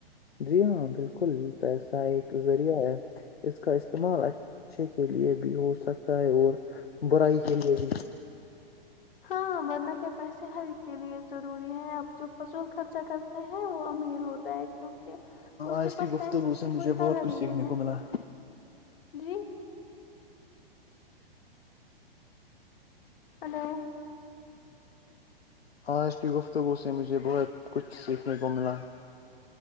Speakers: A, on the left (about 80°); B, on the left (about 60°).
A: جی ہاں بالکل پیسہ ایک ذریعہ ہے اس کا استعمال اچھا اچھے کے لیئے بھی ہو سکتا ہے اور برائی کے لیئے بھی
B: ہاں ورنہ کے پیسے ہر ایک کے لیے ضروری ہے اب جو فضول خرچا کرتے ہیں وہ امیر ہوتا کیونکہ اس
A: آج
B: کے پاس
A: کی گفتگو
B: پیسے
A: سے
B: کی
A: مجھے
B: کوئی قدر
A: بہت کچھ
B: ہی
A: سیکھنے
B: نہیں
A: کو
B: ہے
A: ملا
B: جی ہلو
A: آج کی گفتگو سے مجھے مجھے بہت کچھ سیکھنے کو ملا